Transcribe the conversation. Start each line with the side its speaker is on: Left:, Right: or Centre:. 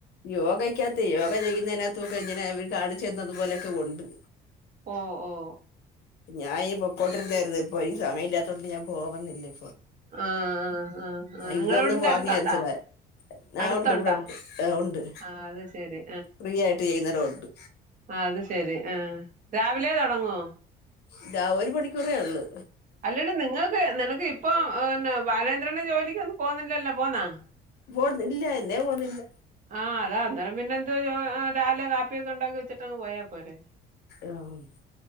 Left: യോഗക്കാത്തേ യോഗ ചെയ്യുന്നേനകത്തൊക്കെ ഇങ്ങനെ അവര് കാണിച്ചു തന്നതുപോലക്ക ഒണ്ട്
Right: ഓഹ് ഓഹ് -
Left: ഞാനീ പൊക്കോട്ടിരുന്നേരിന്ന് ഇപ്പൊ ഇനി സമയില്ലാത്തോണ്ട് ഞാൻ പോകുന്നില്ലേ
Right: ആ ആ ആ ആ
Left: ഇന്നൊന്ന്
Right: നിങ്ങളെ വീടിന്റെ
Left: പോവാനിരിച്ചതാ
Right: അടുത്തുണ്ടാ
Left: ആഹ്
Right: അടുത്തുണ്ടാ
Left: ഒണ്ട് ഇവിടെ ഒണ്ട് ആഹ് ഒണ്ട്
Right: ആ അത് ശരി
Left: ഫ്രീ ആയിട്ട് ചെയ്യുന്നടംഒണ്ട്
Right: ആഹ് അത് ശരി ആഹ് രാവിലെ തൊടങ്ങോ-
Left: ഇതാ ഒരു മണിക്കൂറേ ഒള്ളൂ
Right: അല്ലടി നിങ്ങൾക്ക് നിനക്ക് ഇപ്പൊ പിന്നെ ബാലേന്ദ്രണ്ണൻ ജോലിക്കൊന്നും പോവുന്നില്ലല്ലോ പോന്നാ-
Left: പോണ്ന്ന് ഇല്ല എന്നേ പോന്നില്ല
Right: ആഹ് അതാ അന്നേരം പിന്നെന്ത് ആഹ് രാവിലെ കാപ്പിയൊക്കെ ഒണ്ടാക്കി വെച്ചിട്ടങ്ങ് പോയാ പോരെ
Left: ആഹ്